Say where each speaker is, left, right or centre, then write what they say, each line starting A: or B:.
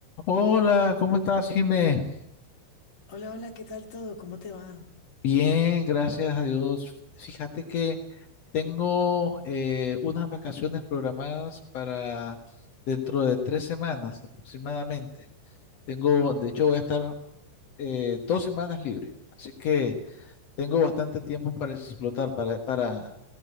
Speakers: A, on the left; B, on the left.
A: Hola, ¿cómo estás, Jimé?
B: Hola, hola, ¿qué tal todo? ¿Cómo te va?
A: Bien, gracias a Dios. Fíjate que tengo eh, unas vacaciones programadas para dentro de tres semanas aproximadamente. Tengo,
B: Ujú.
A: de hecho, voy a estar eh, dos semanas libre, así que tengo bastante tiempo para explotar, para, para,